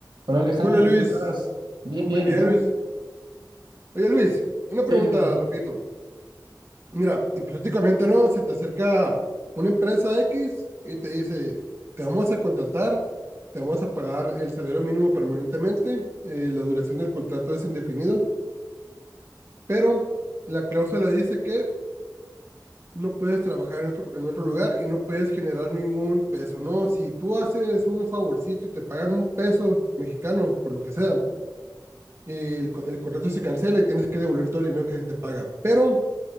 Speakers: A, on the right (about 85°); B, on the right (about 35°).
A: Hola Alejandro,
B: Hola Luis,
A: ¿cómo estás? Bien,
B: muy
A: bien,
B: bien
A: ¿y tú?
B: Luis. Oye Luis, una pregunta,
A: Sí, sí, sí.
B: repito. Mira, hipotéticamente no, se te acerca una empresa X y te dice, te vamos a contratar, te vamos a pagar el salario mínimo permanentemente, eh, la duración del contrato es indefinido, pero la cláusula dice que no puedes trabajar en otro, en otro lugar y no puedes generar ningún peso, ¿no? Si tú haces un favorcito y te pagan un peso mexicano, por lo que sea eh, el, co- el contrato se cancela y tienes que devolver todo el dinero que se te paga. Pero